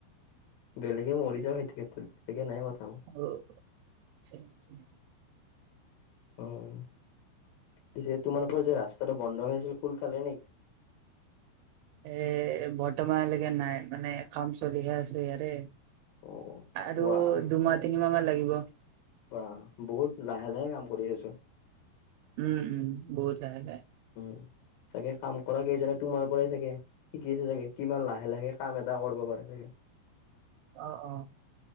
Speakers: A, on the left; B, on the right.
A: বেলেগে মৰি যাওঁ সেটো বেলেগে নাই কথা মোৰ
B: অ ঠিক ঠিক।
A: অ। পিছে তোমালোকৰ যে ৰাস্তাটো বন্ধ হৈ আছিল খোন খালে নেকি।
B: এ বৰ্তমানলৈকে নাই মানে কাম চলিহে আছে ইয়াৰে।
A: অ
B: আৰু
A: ৱা
B: দুমাহ তিনিমাহ মান লাগিব।
A: বা বহুত লাহে লাহে কাম কৰিছেছো।
B: উম, উম বহুত যগায়।
A: উম। চাগে কাম কৰা কেইজনে তোমাৰ পৰাই চাগে শিকি আছে চাগে কিমান লাহে লাহে কাম এটা কৰিব পাৰে চাগে। <unintelligible>
B: অ অ।